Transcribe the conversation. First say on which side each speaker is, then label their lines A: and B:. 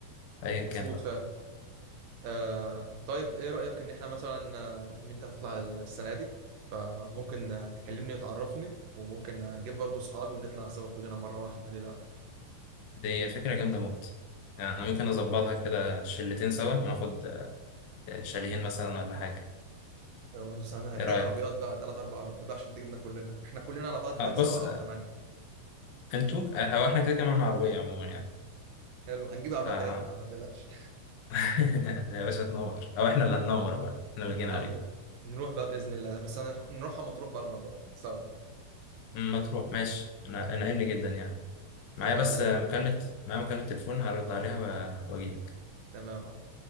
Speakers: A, on the left; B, on the right.
A: ايا
B: مظبوط
A: كان بقى
B: فعلا آه طيب إيه رأيك إن احنا مثلا آه، إن أنت هتطلع السنة دي فممكن آه، تكلمني وتعرفني وممكن أجيب برضو أصحابي ونطلع سوا كلنا مرة واحدة ليه لأ
A: دي فكرة جامدة موت يعني أنا ممكن نظبطها كده شلتين سوا وناخد آه، شاليهين مثلا ولا حاجة
B: وهنس- هنحتاج
A: ايه رأيك؟
B: عربيات بقى تلات أربع عربيات بقى عشان تجيبنا كلنا احنا كلنا على بعض حوالي
A: آه بص
B: سبعة
A: آه،
B: أو تمانية
A: انتوا آه، هو احنا كده كمان عربية عموما يعني
B: حلو هنجيب العربية
A: آه.
B: بتاعتنا يا عم ما تقلقش
A: <laughs> يا باشا تنور او احنا اللي هننور بقى احنا اللي جينا
B: يلا
A: عليك
B: نروح بقى بإذن الله بس أنا نروح مطروح بقى المرة دي سوا
A: أم، ما تروح ماشي انا انا ان جدا يعني معايا
B: اتفقنا
A: بس
B: يا
A: آه،
B: باشا
A: مكالمة معايا مكالمة تليفون هرد عليها و- واجيلك
B: تمام